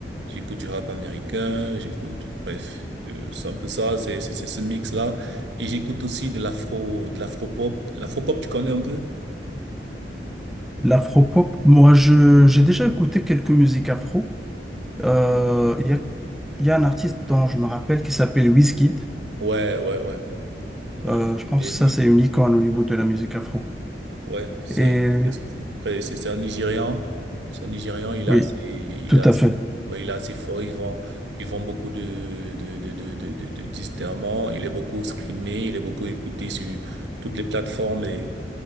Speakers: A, on the right; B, in the centre.
A: j'écoute du rap américain, j'écoute, bref, euh, c'est un peu ça, c'est c'est c'est ce mix-là. Et j'écoute aussi de l'afro, de l'afro-pop. L'afro-pop, tu connais un peu?
B: L'afro-pop, moi, je, j'ai déjà écouté quelques musiques afro. Euh,
A: Mhm.
B: Il y a, il y a un artiste dont je me rappelle qui s'appelle Wizkid.
A: Ouais, ouais, ouais, ouais.
B: Euh,
A: oui.
B: je pense
A: Et
B: que ça, c'est une icône au niveau de la musique afro.
A: Ouais, c'est
B: Et
A: c'est c'est c'est- c'est un Nigérian. C'est un Nigérian, il
B: oui,
A: a assez, il
B: tout
A: a assez,
B: à fait.
A: ouais, il est assez fort, il vend, il vend beaucoup de, de, de, de, de, de, de disques il est beaucoup streamé, il est beaucoup écouté sur toutes les plateformes et,